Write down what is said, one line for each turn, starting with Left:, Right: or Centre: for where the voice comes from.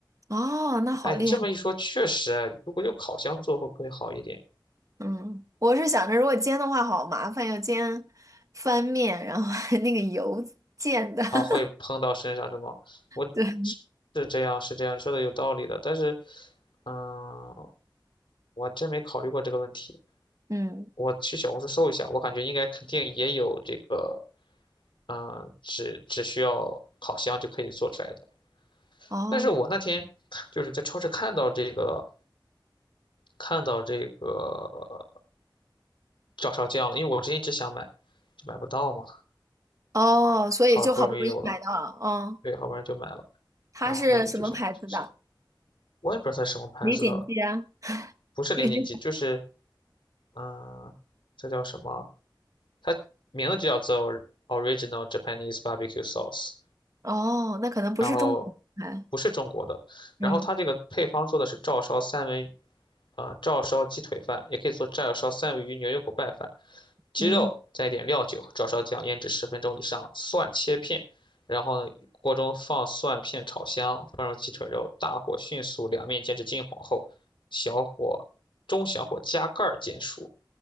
Right: 哦，那好厉害。
Left: 哎，你这么一说，确实，哎如果用烤箱做会不会好一点？
Right: 嗯，我是想着如果煎的话好麻烦，要煎翻面，然后还那个油溅的。<laughs>
Left: 啊，会碰到身上是吗？我是是这样，
Right: 对，
Left: 是这样，你说的有道理的，但是，嗯，我还真没考虑过这个问题。
Right: 嗯，
Left: 我去小红书搜一下，我感觉应该肯定也有这个，嗯，只只需要烤箱就可以做出来的。
Right: 哦
Left: 但是我那天就是在超市看到这个，看到这个照烧酱了，因为我之前一直想买，就买不到嘛，
Right: 哦，所以就好不容易买到了。
Left: 好不容易有了，
Right: 哦，
Left: 对，好不容易就买了，
Right: 它是什么牌子的？
Left: 然后就想试试。我也不知道它是什么牌子的，
Right: 李锦记啊。
Left: 不是零零七，
Right: 因为 <laughs> 这
Left: 就是嗯，这叫什么？它名字就叫做 Original Japanese Barbecue Sauce，
Right: 哦，那可能不是中国牌。
Left: 然后不是中国的，然后它这个配方做的是照烧三文，
Right: 嗯
Left: 呃，照烧鸡腿饭，也可以做照烧三文鱼牛油果拌饭，鸡肉加一点料酒和照烧酱腌制十分钟以上，
Right: 嗯，
Left: 蒜切片，然后呢，锅中放蒜片炒香，放入鸡腿肉，大火迅速两面煎至金黄后，小火。中小火加盖儿煎熟，